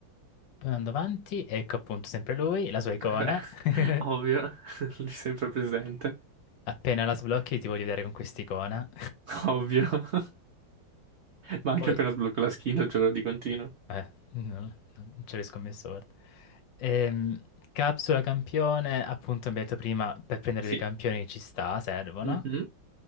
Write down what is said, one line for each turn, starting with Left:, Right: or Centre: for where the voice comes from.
Left: Poi andando avanti, ecco appunto sempre lui, la sua icona.
Right: Beh,
Left: <laughs>
Right: <laughs> ovvio, <laughs> lì sempre presente.
Left: Appena la sblocchi ti voglio vedere con quest'icona.
Right: Ovvio. <laughs> Ma anche
Left: Poi,
Right: appena sblocco la skill, gioco di continuo.
Left: eh, no, no, non ce l'ho scommesso, guarda. Ehm, capsula campione, appunto, abbiamo detto prima, per prendere
Right: Sì.
Left: dei campioni ci sta, servono.
Right: Mhm.